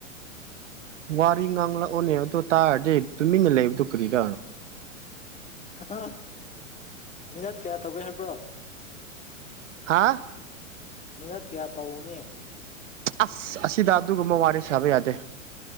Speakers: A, on the right; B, on the left.
A: ꯋꯥꯔꯤ ꯉꯥꯡꯂꯛꯑꯣꯅꯦ ꯑꯗꯨ ꯇꯥꯔꯗꯤ ꯇꯨꯃꯤꯟꯅ ꯂꯩꯕꯗꯨ ꯀꯔꯤꯔ
B: ꯍꯍꯥ ꯃꯤꯅꯠ ꯀꯌꯥ ꯇꯧꯒꯦ ꯍꯥꯏꯕ꯭ꯔꯣ
A: ꯍꯥꯥ
B: ꯃꯤꯅꯠ ꯀꯌꯥ ꯇꯧꯒꯅꯤ
A: ꯑꯁ ꯑꯁꯤꯗ ꯑꯗꯨꯒꯨꯝꯕ ꯋꯥꯔꯤ ꯁꯥꯕ ꯌꯥꯗꯦ